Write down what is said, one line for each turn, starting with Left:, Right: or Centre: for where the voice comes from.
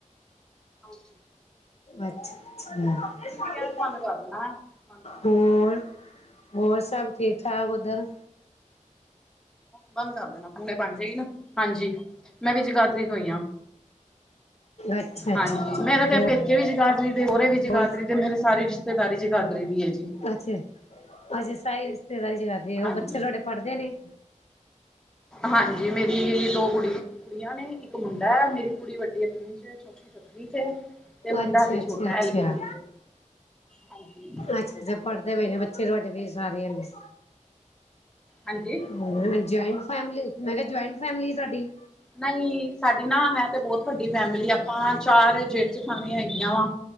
Centre: ਹਾਂ ਜੀ।
Left: ਅੱਛਾ ਅੱ ਛਾ
Centre: ਜੀ ਗੈਸ ਬੰਦ ਕਰ ਦੇਣਾ ਹੈ ਬੰਦ ਕਰ
Left: ਹੋਰ। ਹੋਰ ਸਭ ਠੀਕ ਠਾਕ ਓਧਰ
Centre: ਬੰਦ ਕਰ ਦੇਨਾ ਹੁਨੇ ਬਨ ਜੇਗੀ ਨਾ। ਹਾਂਜੀ ਮੈਂ ਵੀ ਜਗਾਦਰੀ ਤੋਂ ਇ ਆ।
Left: ਅੱਛਾ ਅੱਛਾ
Centre: ਹਾਂਜੀ ਮੇਰਾ
Left: ਹੋਰ
Centre: ਤੇ ਪੇਕੇ ਵੀ ਜਗਾਦਰੀ ਦੇ, ਸੋਰੇ ਵੀ ਜਗਾਦਰੀ
Left: ਹੋਰ
Centre: ਦੇ, ਮੇਰੀ ਸਾਰੀ ਰਿਸ਼ਤੇਦਾਰੀ ਜਗਾਦਰੀ ਦੀ ਏ ਜੀ।
Left: ਅੱਛਾ- ਅੱਛਾ ਸਾਰੀ ਰਿਸ਼ਤੇਦਾਰੀ ਜਗਾਧਰੀ ਏ,
Centre: ਹਾਂਜੀ
Left: ਬੱਚੇ ਤੁਆਡੇ ਪੜਦੇ ਨੀ।
Centre: ਹਾਂਜੀ, ਮੇਰੀ ਦੋ ਗੁਡੀਆ ਕੁੜੀਆਂ ਨੇ ਇੱਕ ਮੁੰਡਾ ਏ, ਮੇਰੀ ਕੁੜੀ ਵੱਡੀ ਵਡੀ ਅੱਠਵੀ ਚ ਛੋਟੀ ਸਤਵੀ ਚ ਤੇ ਮੁੰਡਾ
Left: ਅੱਛਾ
Centre: ਹਲੇੇ
Left: ਅੱਛਾ
Centre: ਛੋਟਾ
Left: ਅੱਛਾ
Centre: ਹੈ ਐਲ- ਕੇ- ਜੀ ਚ। ਹਾਂਜੀ
Left: ਅੱਛਾ ਅੱਛਾ ਪੜ੍ਹਦੇ ਪਏ ਨੇ ਬੱਚੇ ਤੁਆਡੇ ਵੀ ਸਾਰਿਆ ਦੇ।
Centre: ਹਾਂਜੀ।
Left: ਹੁਣ ਜਆਇੰਟ ਫੈਮਿਲੀ ਮੈਂ ਕੈਆ ਜੁਆਇੰਟ ਫੈਮਿਲੀ ਸਾਡੀ
Centre: ਨਈ ਸਾਡੀ ਨਾ ਹੈ ਤੇ ਬੋਤ ਵੱਡੀ ਫੈਮਿਲੀ ਆਪਾਂ ਚਾਰ ਜੇਠ-ਜਠਾਣੀਆਂ ਹੈਗੀਆਂ ਵਾ।